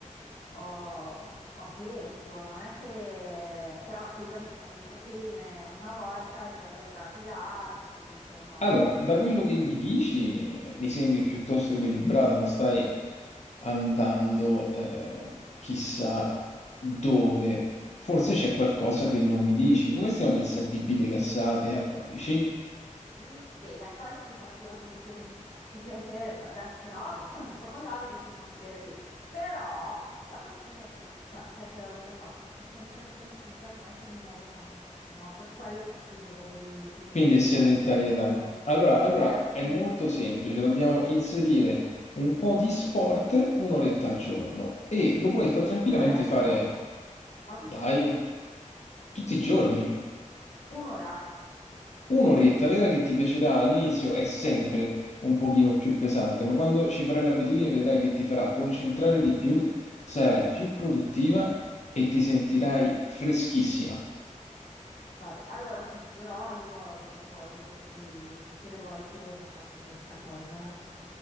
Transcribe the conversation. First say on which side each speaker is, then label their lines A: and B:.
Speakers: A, on the left; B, on the left.
A: ho- ho tempo. Non è che... Però solitamente faccio le proteine una volta, i carboidrati gli altri, insomma...
B: Allora, da quello che mi dici, eh, mi sembri piuttosto equilibrata, non stai andando eh, chissà dove. Forse c'è qualcosa che non mi dici. Come stiamo messi a bibite gassate e alcolici?
A: Mm, Vedi, a college parte la questione discoteche, no, adesso no, perché tanto sto con Davide, quindi non si beve più. Però la questione è che, cioè, sai che lavoro faccio? Sto sempre al computer, non è che mi muovo tantissimo, per quello che ti chiedevo dei consigli
B: Quindi è sedentarietà.
A: relativi allo sport.
B: Allora, allora
A: Eh, sì,
B: è molto semplice, dobbiamo inserire un po' di sport un'oretta al giorno e lo puoi fa- tranquillamente
A: un'oretta?
B: fare,
A: Ma tutti
B: dai,
A: i giorni?
B: tutti i giorni.
A: Un'ora?
B: Un'oretta, vedrai che ti piacerà. All'inizio è sempre un pochino più pesante, ma quando ci farai l'abitudine vedrai che ti farà concentrare di più, sarai più produttiva e ti sentirai freschissima.
A: Vabbè, allora senti, però io ho delle cose per cui tutte le volte non faccio questa cosa.